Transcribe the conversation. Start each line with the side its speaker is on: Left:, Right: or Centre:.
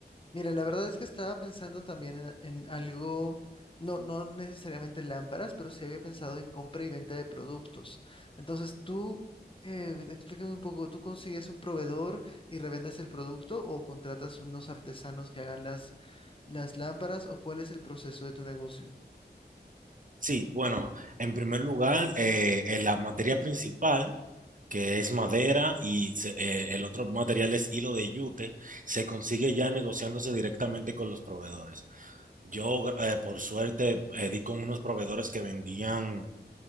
Left: Mira, la verdad es que estaba pensando también en, en algo, no, no necesariamente lámparas, pero sí había pensado en compra y venta de productos. Entonces, tú, eh, explícame un poco, ¿tú consigues un proveedor y revendes el producto o contratas unos artesanos que hagan las, las lámparas o cuál es el proceso de tu negocio?
Right: Sí, bueno, en primer lugar, eh, eh, la materia principal, que es madera, y se- eh, el otro material es hilo de yute, se consigue ya negociándose directamente con los proveedores. Yo, gra- eh, por suerte, eh, di con unos proveedores que vendían